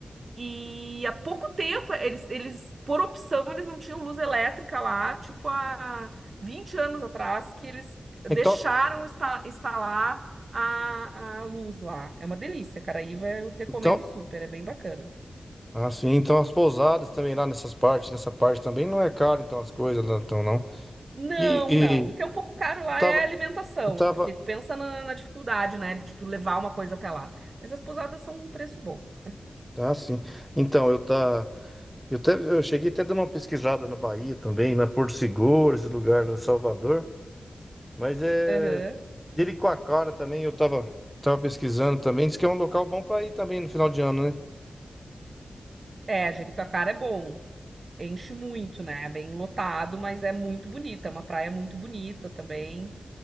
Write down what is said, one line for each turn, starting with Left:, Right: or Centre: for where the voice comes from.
Right: E há pouco tempo, eles, eles, por opção, eles não tinham luz elétrica lá, tipo há 20 anos atrás, que eles
Centre: Então,
Right: deixaram insta- instalar a, a luz lá. É uma delícia, Caraíva, eu recomendo
Centre: então.
Right: super, é bem bacana.
Centre: Ah, sim. Então as pousadas também lá nessas partes, nessa parte também não é caro, então as coisas lá, então não.
Right: Não,
Centre: E, e
Right: não. O que é um pouco caro lá
Centre: eu tava,
Right: é a alimentação,
Centre: eu tava,
Right: porque pensa na, na dificuldade, né, de tu levar uma coisa até lá. Mas as pousadas são um preço bom.
Centre: ah, sim. Então eu tá, eu até, eu cheguei até dando uma pesquisada na Bahia também, na Porto Seguro, esse lugar lá, Salvador. Mas é
Right: Aham.
Centre: Jericoacoara também eu tava, tava pesquisando também. Diz que é um local bom para ir também no final de ano, né?
Right: É, Jericoacoara é bom. Enche muito, né? É bem lotado, mas é muito bonita. É uma praia muito bonita também.